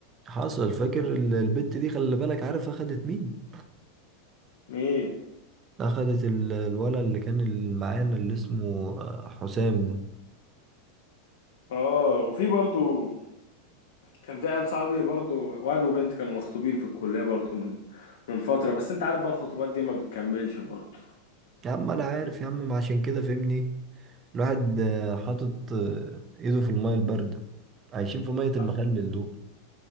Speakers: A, on the right; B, on the left.
A: حصل فاكر ال- البت دي خلي بالك عارف اخدت مين
B: ايه
A: اخدت ال- الولد اللي كان ال- معانا اللي اسمه آه، حسام ده
B: اه وفي برضو كان في عيال صحابي برضو واد وبنت كانوا مخطوبين في الكلية برضو من من فترة بس انت عارف بقى الخطوبات دي ما بتكملش برضو
A: يا عم انا عارف يا عم ما عشان كده فهمني الواحد آه، حاطط آه، ايده في الميه البارده عايشين في ميه المخلل
B: اه
A: دول